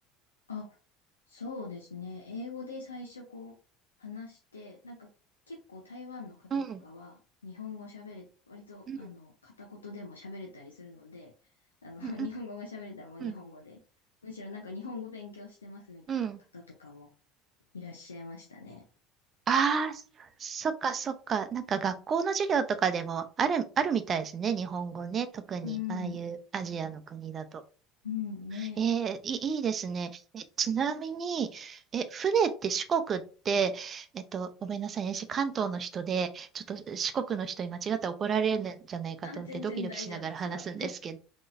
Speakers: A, on the left (about 80°); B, on the right (about 35°).
A: あ、そうですね。英語で最初こう話して、なんか結構台湾の方とかは日本語喋れ、
B: うん。
A: 割とあの片言でも喋れたりするので、
B: うん。
A: あの <laughs>
B: うん。
A: 日本語が喋れたらもう日本語で、
B: うん。
A: むしろなんか日本語勉強してますみたいな方とかも
B: うん。
A: いらっしゃいましたね。
B: ああ、そそっかそっか。なんか学校の授業とかでもある、あるみたいですね。日本語ね。特に、
A: うん、
B: ああいうアジアの国だと。
A: うん、ね。
B: えー、いいいですね。え、ちなみに、え、船って四国って、えっと、ごめんなさいね、私関東の人で、ちょっと四国の人に間違ったら怒られるんじゃないかと思ってドキドキしながら話すんですけど、
A: あ、全然大丈夫ですよ。